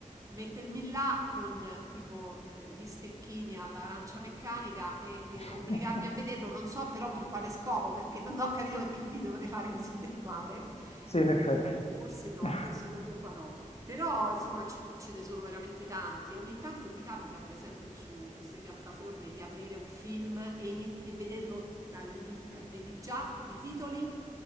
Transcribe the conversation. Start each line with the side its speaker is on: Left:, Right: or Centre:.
Right: mettermi là con eh, tipo eh, gli stecchini all'arancia meccanica e, e
Left: <laughs>
Right: obbligarmi a vederlo. Non so però per quale scopo, perché non ho capito perché mi dovrei fare così del male.
Left: Sì,
Right: E
Left: in effetti.
Right: quindi Forse no,
Left: <laughs>
Right: forse non lo farò, però insomma ce, ce ne sono veramente tanti. Ogni tanto ti capita, per esempio, su queste piattaforme di aprire un film e, ini- e vederlo dall'inizio, cioè vedi già i titoli,